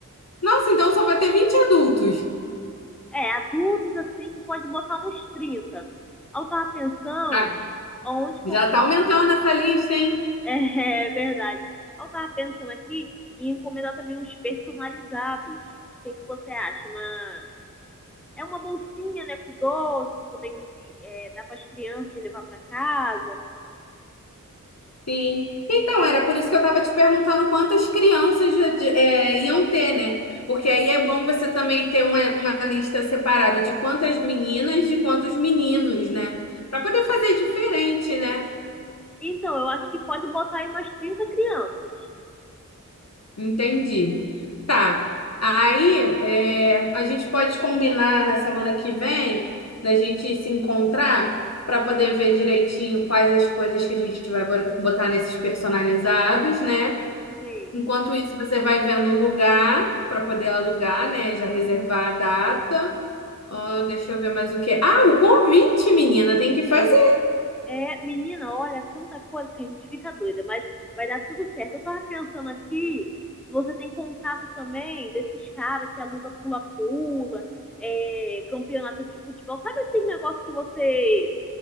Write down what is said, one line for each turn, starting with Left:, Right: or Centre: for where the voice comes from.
Left: Nossa, então só vai ter 20 adultos.
Centre: É, adultos, assim, pode botar uns trinta Aí eu tava pensando
Left: Ah,
Centre: onde que
Left: já
Centre: eu
Left: tá aumentando essa lista, hein?
Centre: <laughs> É, verdade. Eu tava pensando aqui em encomendar também uns personalizados. O que que você acha? Uma... É uma bolsinha, né, com doce, pra poder envi- é, dar pras crianças de levar para casa.
Left: Sim. Então, era por isso que eu estava te perguntando quantas crianças já de- é, iam ter, né? Porque aí é bom você também ter uma, uma lista separada de quantas meninas, de quantos meninos, né? Para poder fazer diferente, né?
Centre: Então, eu acho que pode botar aí umas 30 crianças.
Left: Entendi. Tá. Aí, é, a gente pode combinar na semana que vem da gente se encontrar para poder ver direitinho quais as coisas que a gente vai bo- botar nesses personalizados, né?
Centre: Sim.
Left: Enquanto isso, você vai vendo o lugar para poder alugar, né? Já reservar a data. Ah, deixa eu ver mais o que. Ah, o convite, menina, tem que fazer.
Centre: É, menina, olha, tanta coisa que a gente fica doida, mas vai dar tudo certo. Eu tava pensando aqui, se você tem contato também desses caras que aluga pula-pula, é, campeonato de futebol, sabe esses negócios que você